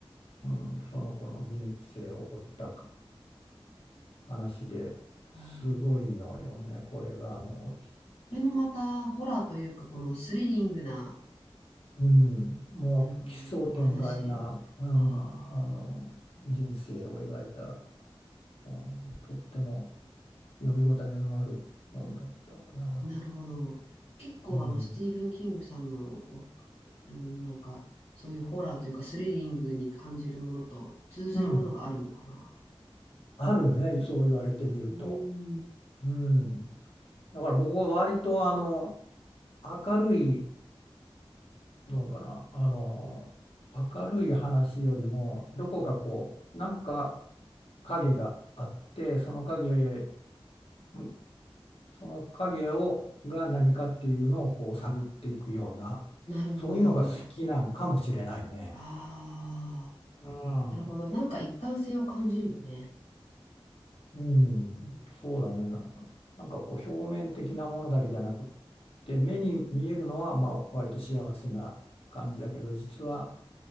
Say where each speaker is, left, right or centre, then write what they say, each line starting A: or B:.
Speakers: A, on the left (about 75°); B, on the left (about 80°).
A: うん、その子の人生を追ったか話ですごいのよね、
B: こ
A: これが。あの、
B: れもまた、ホラーというか、このスリリングな、
A: うん、もう奇想天外な、
B: あの、お話。
A: うん、あ
B: ああ、
A: の人生を描いた、うん、とっても読み応えのある本だったな。
B: なるほど。結構、
A: うん
B: あの、スティーブン・キングさんの、あの、なんか、そういうホラーというか、スリリングに感じるものと通ずるものがあるのかな。
A: うん、あるね、そう言われてみると。
B: うーん、
A: うん、だから僕は割とあの明るいのかな、あの明るい話よりもどこかこうなんか影があってその影うんその影をが何かっていうのをこう探っていくようなそういうのが好きなんかもしれないね。
B: なるほど。ああ、
A: うん
B: なるほど。なんか一貫性を感じるよね。
A: うん、
B: うん。
A: そうだね。な、なんかこう表面的なものだけじゃなくって、目に見えるのはまあ割と幸せな感じだけど、実は